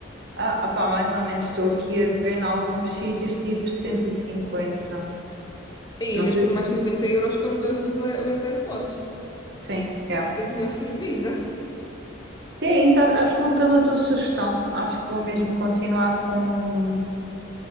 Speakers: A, on the right; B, on the left.
A: Ah, opá, mais ou menos estou aqui a ver em alguns sítios tipo cento e cinquenta
B: Aí,
A: Não
B: mas
A: sei
B: por
A: se
B: mais 50 euros compras os, A- os AirPods
A: sim, é.
B: e ficas melhor <laughs> servida.
A: Sim, é isso. a- Acho que vou pela tua sugestão. Acho que vou mesmo continuar com,